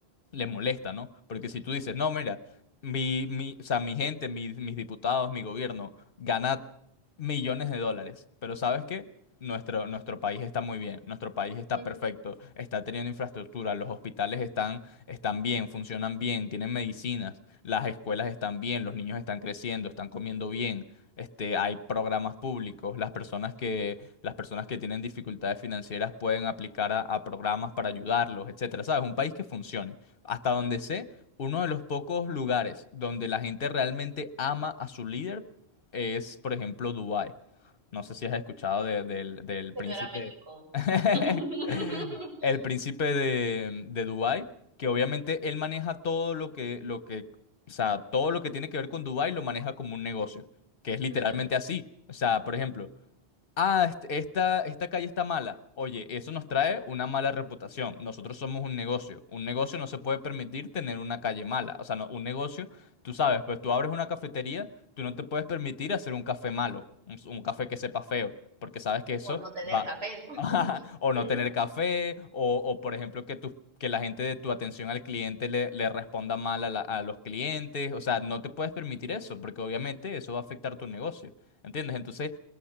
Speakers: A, on the left; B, on the right.
A: le molesta, ¿no? Porque si tú dices, no, mira, mi, mi, o sea, mi gente, mis, mis diputados, mi gobierno gana millones de dólares, pero ¿sabes qué? Nuestro, nuestro país está muy bien, nuestro país está
B: Mm,
A: perfecto, está teniendo infraestructura, los hospitales están, están bien, funcionan bien, tienen medicinas, las escuelas están bien, los niños están creciendo, están comiendo bien, este, hay programas públicos, las personas que, las personas que tienen dificultades financieras pueden aplicar a, a programas para ayudarlos, etcétera, ¿sabes? Un país que funcione. Hasta donde sé, uno de los pocos lugares donde la gente realmente ama a su líder es, por ejemplo, Dubái. No sé si has escuchado de- del, del
B: Que
A: príncipe.
B: no era México.
A: <laughs>
B: <laughs>
A: El príncipe de, de Dubái, que obviamente él maneja todo lo que, lo que, o sea, todo lo que tiene que ver con Dubái lo maneja como un negocio, que es literalmente
B: Ujú.
A: así. O sea, por ejemplo, Ah, est- esta, esta calle está mala. Oye, eso nos trae una mala reputación. Nosotros somos un negocio. Un negocio no se puede permitir tener una calle mala. O sea, no, un negocio, tú sabes, pues tú abres una cafetería, tú no te puedes permitir hacer un café malo, un, un café que sepa feo, porque sabes que eso
B: O no tener
A: va.
B: café, ¿no?
A: <laughs> O
B: <laughs>
A: no tener café, o, o, por ejemplo que, tu- que la gente de tu atención al cliente le, le responda mal a, la- a los clientes. O sea, no te puedes permitir eso, porque obviamente eso va a afectar tu negocio. ¿Entiendes? Entonces...